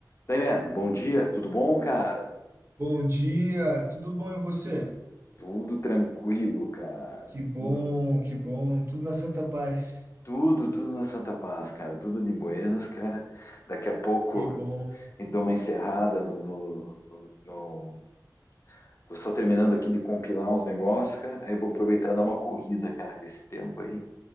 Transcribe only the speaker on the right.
Bom dia, tudo bom e você?
Que bom,
que bom, tudo na santa paz.
Que bom.